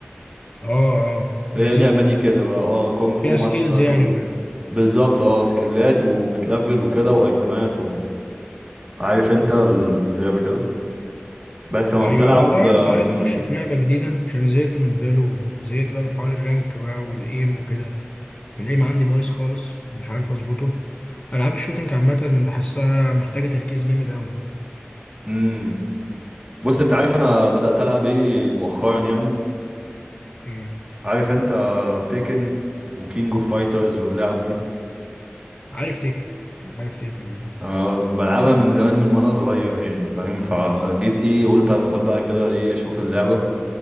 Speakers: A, on the left; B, on the right.
A: اه اه لذيذ
B: هي اللعبة
A: الحاجات
B: دي كده
A: دي
B: بقى اه كونج فو
A: فيها
B: ماستر
A: سكيلز يعني
B: و...
A: وكده
B: بالظبط اه سكيلات وبتلفل وكده وايتمات عارف انت اللعبة كده بس لما
A: ايوه
B: بتلعب
A: انا والله عايز
B: امم
A: عايز اخش في لعبه جديده عشان زهقت من فالو زهقت بقى من حوار الرانك بقى والايم وكده الايم عندي بايظ خالص مش عارف اظبطه العاب الشوتينج عامه بحسها محتاجه تركيز جامد قوي
B: امم بص انت عارف انا بدأت العب ايه مؤخرا يعني
A: ايه
B: عارف انت تيكن وكينج اوف فايترز واللعب دي
A: عارف تيكن عارف تيكن
B: أه بلعبها من زمان من وانا صغير يعني فاهم فجيت ايه قلت هدخل بقى كده ايه اشوف اللعبة